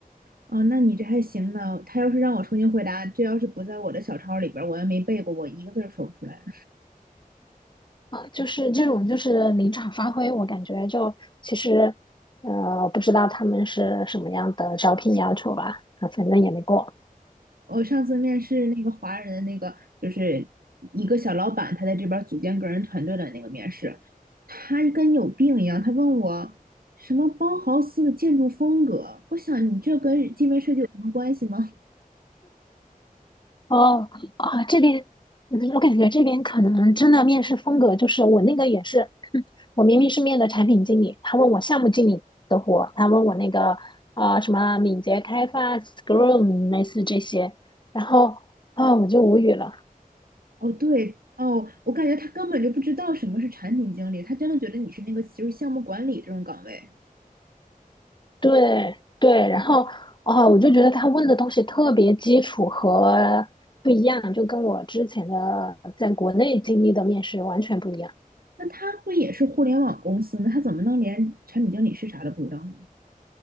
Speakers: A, on the right; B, on the left.
A: 啊。那你这还行呢。他要是让我重新回答，这要是不在我的小抄里边儿，我也没背过，我一个字儿说不出来。
B: 啊，就是这种就是临场发挥，我感觉就其实呃不知道他们是什么样的招聘要求吧，啊反正也没过。
A: 我上次面试那个华人的那个，就是一个小老板，他在这边儿组建个人团队的那个面试，他跟有病一样，他问我什么包豪斯的建筑风格，我想你这跟界面设计有什么关系吗？
B: 哦啊，这边嗯我感觉这边可能真的面试风格就是我那个也是，我明明是面的产品经理，他问我项目经理的活，他问我那个啊、呃什么敏捷开发、Scrum 类似这些，然后啊、我就无语了。
A: <laughs> 哦，对，哦，我感觉他根本就不知道什么是产品经理，他真的觉得你是那个就是项目管理这种岗位，
B: 对对，然后哦，我就觉得他问的东西特别基础和不一样，就跟我之前的在国内经历的面试完全不一样。
A: 那他不也是互联网公司吗？他怎么能连产品经理是啥都不知道呢？